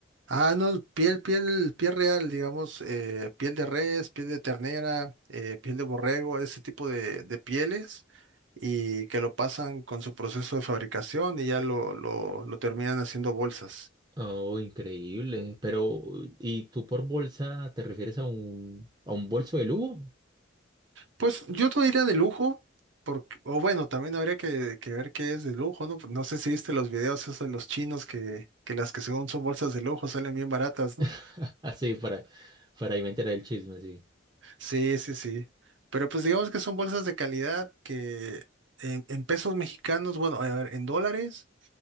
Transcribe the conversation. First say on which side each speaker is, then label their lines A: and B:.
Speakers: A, on the right (about 75°); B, on the right (about 20°).
A: Ah, no, piel, piel, piel real, digamos, eh, piel de res, piel de ternera, eh, piel de borrego, ese tipo de, de pieles, y que lo pasan con su proceso de fabricación y ya lo, lo, lo terminan haciendo bolsas.
B: Oh, increíble. Pero, ¿y tú por bolsa te refieres a un, a un bolso de lujo?
A: Pues yo no diría de lujo, porque, o bueno, también habría que, que ver qué es de lujo, ¿no? No sé si viste los videos esos de los chinos que, que las que según son bolsas de lujo salen bien baratas,
B: <laughs>
A: ¿no?
B: Así, para, para ahí me enteré del chisme, sí.
A: Sí, sí, sí. Pero pues digamos que son bolsas de calidad que en, en pesos mexicanos, bueno, a ver, en dólares,